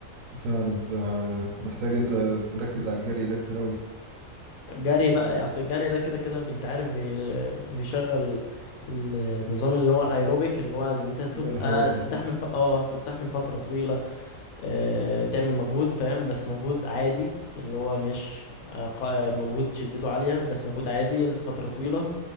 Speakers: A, on the right; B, on the left.
A: فعلا ده محتاج انت تركز على الجري ده كتير اوي
B: الجري بقى اصل الجري ده كده كده انت عارف بي- بيشغل النظام اللي هو الايروبيك اللي هو انت تبقى
A: ده الهوائي
B: تستحمل ف... اه تستحمل فترة طويلة آه، تعمل مجهود فاهم بس مجهود عادي اللي هو مش آه، قا- آه، مجهود شدته عالية بس مجهود عادي لفترة طويلة